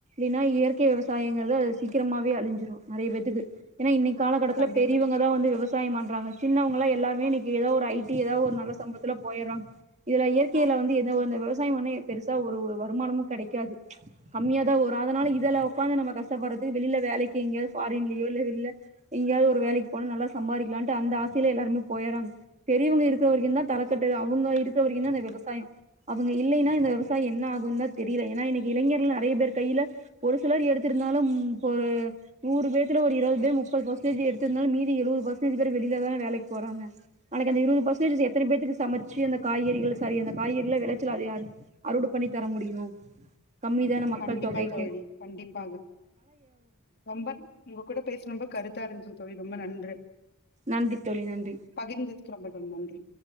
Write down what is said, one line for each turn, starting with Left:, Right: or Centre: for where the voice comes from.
Right: இல்னா இயற்கை விவசாயங்கள் தான் அது சீக்கிரமே அழிஞ்சிரும் நிறைய பேத்துக்கு ஏன்னா இன்னைக்கு இக்காலகட்டத்துல
Left: கண்டிப்பா,
Right: பெரியவங்க தான் வந்து விவசாயம் பண்றாங்க சின்னவங்களா எல்லாருமே இன்னைக்கு ஏதாவது ஒரு ஐடி ஏதாவது ஒரு நல்ல சம்பளத்துல போயிடுறாங்க இதுல இயற்கையில வந்து எதோ விவசாயம் வா பெருசா ஒரு வருமானமும் கிடைக்காது கம்மியாாதான் ஒரு அதனால இத உட்காந்து நம்ம கஷ்டப்படுறத்துக்கு வெளியில வேலைக்கு ப்பரிங்லாயே இல்ல எங்காவது ஒரு வேலைக்கு போ நல்லா சம்பாதிக்கலாம் அந்த ஆசைய எல்லாருமே போயிறாங்க பெரியவங்க இருக்கிற தான் தலக்கட்டு அவங்க இருக்க விவசாயம் அவங்க இல்லைன்னா இந்த விவசாயம் என்ன ஆகும் தெரிய ஏன்ன இன்னைக்கு இளைஞர்கள் நிறைய பேர் கையில ஒரு சிலர் எடுத்திருந்தாலும் இப்ப ஒரு நூறு பேத்துல ஒரு இருபது பேர் முப்பது பர்சன்டேஜ் எடுத்திருந்தாலும் மீதி எழுபது பர்சன்டேஜ் பேர் வெளியிலாதான் வேலைக்கு போறாங்க நாளைக்கு அந்த இருபது பர்சன்டேஜ் எத்தனை பேத்துக்கு சமைச்சு அந்த காய்கறிகள் சாரி அந்த காய்கறிகல விளைச்சல அறுவட பண்ணி தர முடியும் கம்மி தான மக்கள்
Left: கண்டிப்பா
Right: தொகை
Left: தோழி கண்டிப்பாக ரொம்ப உங்க கூட பேச ரொம்ப கருத்தா இருந்து தோழி ரொம்ப நன்று
Right: நன்றி தோழி நன்றி
Left: பகிர்ந்ததுக்கு ரொம்ப நன்றி